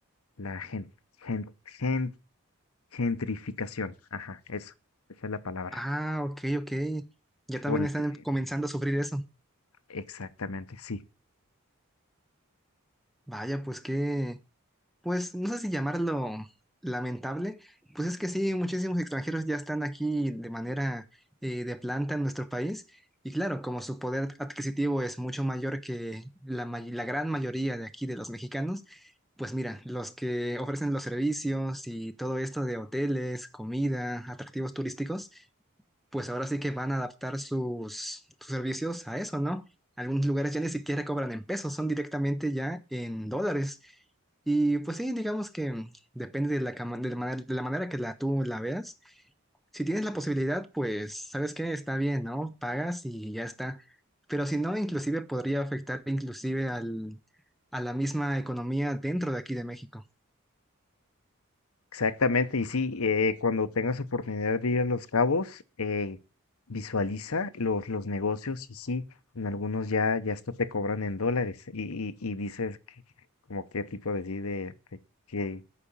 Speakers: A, on the left; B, in the centre.
A: la gen- gen- gen- gentrificación. Ajá, eso, esa es la palabra.
B: Ah, ok, ok. Ya también
A: Por el
B: están
A: t-
B: comenzando a sufrir eso.
A: exactamente, sí.
B: Vaya, pues qué, Pues no sé si llamarlo lamentable, pues es que sí, muchísimos extranjeros ya están aquí de manera eh, de planta en nuestro país y claro, como su poder adquisitivo es mucho mayor que la, may- la gran mayoría de aquí de los mexicanos, pues mira, los que ofrecen los servicios y todo esto de hoteles, comida, atractivos turísticos pues ahora sí que van a adaptar sus, sus servicios a eso, ¿no? Algunos lugares ya ni siquiera cobran en pesos, son directamente ya en dólares. Y pues sí, digamos que depende de la, cama- de la manera, de la manera que la, tú la veas. Si tienes la posibilidad, pues, ¿sabes qué? Está bien, ¿no? Pagas y ya está. Pero si no, inclusive podría afectar inclusive al, a la misma economía dentro de aquí de México.
A: Exactamente, y sí, eh, cuando tengas oportunidad de ir a Los Cabos, eh, visualiza los, los negocios y sí, en algunos ya, ya hasta te cobran en dólares y, y, y dices que- como qué tipo de, sí de, de- qué